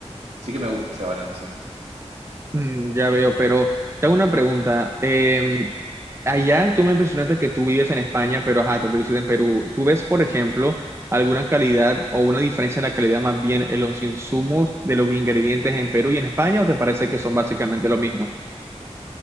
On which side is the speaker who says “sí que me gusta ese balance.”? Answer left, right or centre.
Right